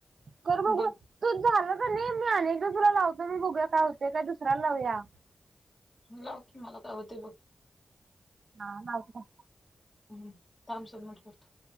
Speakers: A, on the right (about 70°); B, on the left (about 30°).
A: कर बघु
B: बर
A: तूच झाल ना नाही मी अनेकदा तुला लावतो मी बघूया काय होते काय दुसऱ्याला लावूया.
B: लाव की मला काय हुतयं बघ.
A: हा लावतो.
B: हम्म, थांब सबमिटम करतो.